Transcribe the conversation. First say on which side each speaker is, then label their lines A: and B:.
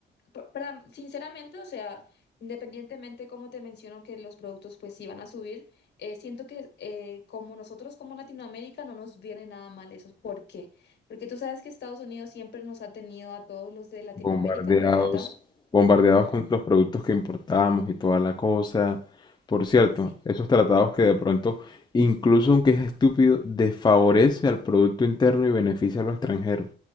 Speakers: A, on the left; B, on the left.
A: pa- Para, sinceramente, o sea, independientemente como te menciono que los productos pues sí van a subir, eh, siento que eh, como nosotros como Latinoamérica no nos viene nada mal eso. ¿Por qué? Porque tú sabes que Estados Unidos siempre nos ha tenido a todos los de Latinoamérica,
B: bombardeados,
A: lo de Latam.
B: bombardeados
A: Mm,
B: con los productos que importábamos y toda la cosa. Por cierto,
A: sí,
B: esos tratados que de pronto, incluso aunque es estúpido, desfavorece al producto interno y beneficia a lo extranjero.